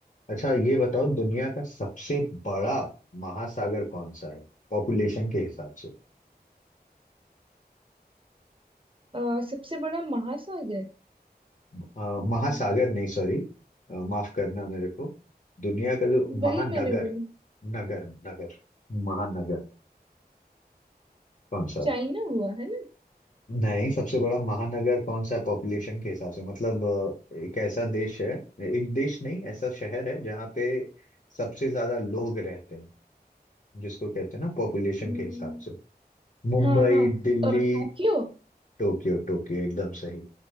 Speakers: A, on the left; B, on the right.
A: अच्छा ये बताओ दुनिया का सबसे बड़ा महासागर कौन सा है पॉपुलेशन के हिसाब से
B: अ, सबसे बड़ा महासागर
A: अ,
B: अम्म,
A: महासागर नहीं सॉरी माफ करना मेरे को दुनिया का जो
B: वही
A: महानगर
B: मैंने बोला
A: नगर नगर महानगर कौन सा
B: चाइना
A: है
B: हुआ है ना
A: नहीं सबसे बड़ा महानगर कौन सा पॉपुलेशन के हिसाब से मतलब अ, एक ऐसा देश है एक देश नहीं ऐसा शहर है जहाँ पे सबसे ज्यादा लोग रहते हैं जिसको कहते हैं ना पॉपुलेशन
B: हम्म,
A: के हिसाब से मुंबई
B: हाँ हाँ
A: दिल्ली
B: अ, टोक्यो
A: टोक्यो टोक्यो एकदम सही